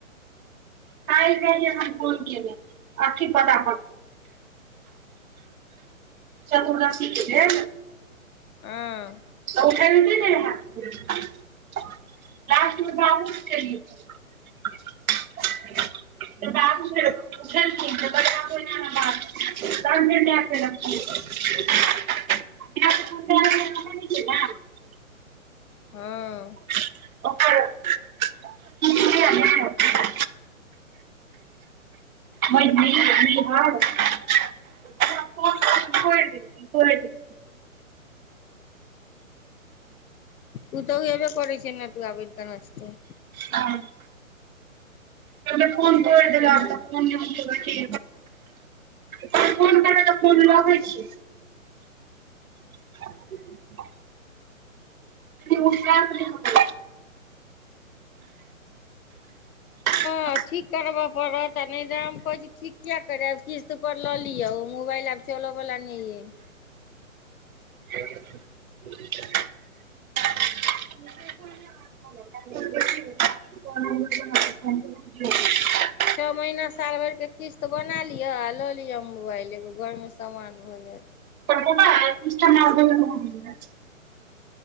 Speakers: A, on the right (about 80°); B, on the left (about 85°).
A: काल्हि रहियै हम फोन केने अथी पता पर चतुर्दशी के जे
B: हँ
A: उठैबते नै रहै कोई लास्ट फेर बाबू के केलियै फोन तऽ बाबू फेर उठेलखिन त कहथिन आबै हमर बाबू संघे तहन फेर मेय केलक फोन माय के फोन कए रहलै हमरा नहि केलक
B: हँ
A: ओकर खिचलियै ने बड़ नीक निहर हमरा पांच सौ मे पढ़ि देलखिन पढ़ि देलखिन
B: उ तऽ उऽ हबे करै छै नटुआ बनि क नचतै
A: आब केओने फोन तोरि देलक फोन नै रखी केओ फोन करबै त फोन लगै छै <inaudible> केओ उठैत नै मगर <inaudible>
B: तऽ ठीक करबऽ पड़त आ नहि त हम कहै छी ठीक किया करैब किस्त पर लऽ लिअ ओ मोबाइल आब चलअ बला नइ यऽ
A: <unintelligible> <unintelligible>
B: छौ महिना साल भरिके किस्त बना लिअ आ लऽ लिअ मोबाइल एगो घरमे सामान भऽ जायत
A: अपन मोबाइल किस्त मे आब तेहन एलै च